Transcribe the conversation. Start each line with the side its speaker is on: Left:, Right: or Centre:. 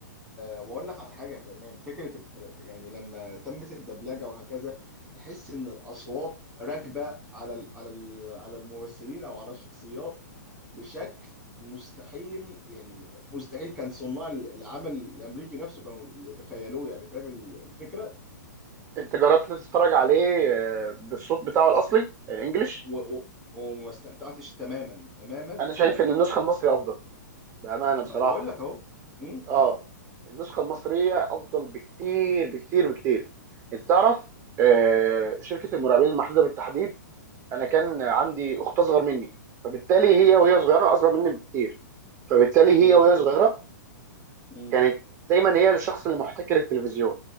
Centre: واقول لك على حاجه كمان فكره ال... يعني لما تمت الدبلجه وهكذا تحس ان الاصوات راكبه على ال... على ال... على الممثلين او على الشخصيات بشكل مستحيل يعني مستحيل كان صناع العمل الامريكي نفسه كانوا يتخيلوه يعني فاهم ال- الفكره
Right: انت جربت تتفرج عليه آه، بالصوت بتاعه الاصلي الانجليش
Centre: و... و... وما استمتعتش تماما تماما
Right: انا شايف
Centre: تماما
Right: ان النسخة المصري افضل بأمانة
Centre: ما
Right: بصراحة
Centre: انا بقول لك اهو م-
Right: اه
Centre: م-
Right: النسخة المصرية أفضل بكتير بكتير بكتير أنت تعرف آه شركة المراقبين المحدودة بالتحديد أنا كان عندي أخت أصغر مني فبالتالي
Centre: م-
Right: هي وهي صغيرة أصغر مني بكتير فبالتالي
Centre: م-
Right: هي وهي صغيرة
Centre: م-
Right: كانت دايما هي الشخص اللي محتكر التلفزيون